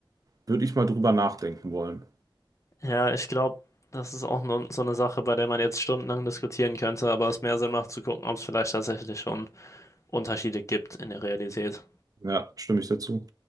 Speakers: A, on the right; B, on the left.
A: würde ich mal drüber nachdenken wollen.
B: Ja, ich glaube, das ist auch nur so eine Sache, bei der man jetzt stundenlang diskutieren könnte, aber es mehr Sinn macht zu gucken, ob es vielleicht tatsächlich schon Unterschiede gibt in der Realität.
A: Ja, stimme ich dazu.